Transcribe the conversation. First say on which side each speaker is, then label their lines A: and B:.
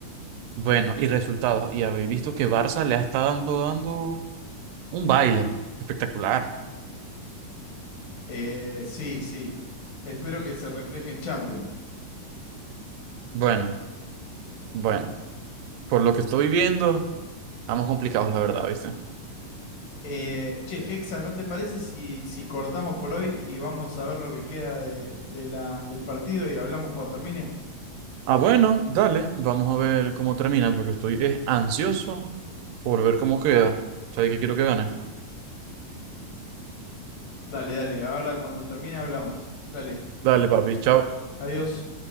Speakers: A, on the right (about 80°); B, on the left (about 80°).
A: Bueno, y resultados, y habéis visto que Barça le ha estado dando, dando Un baile. Espectacular.
B: Eh, sí, sí. Espero que se refleje en Champions.
A: Bueno, bueno. Por lo que estoy viendo, estamos complicados, la verdad, ¿viste?
B: Eh, che, Hexa, ¿no te parece si, si cortamos por hoy y vamos a ver lo que queda de, de la, del partido y hablamos cuando termine?
A: Ah, bueno, dale. Vamos a ver cómo termina, porque estoy eh, ansioso por ver cómo queda. ¿Sabes qué quiero que gane?
B: Dale, dale. Ahora cuando termine hablamos. Dale.
A: Dale, papi. Chao.
B: Adiós.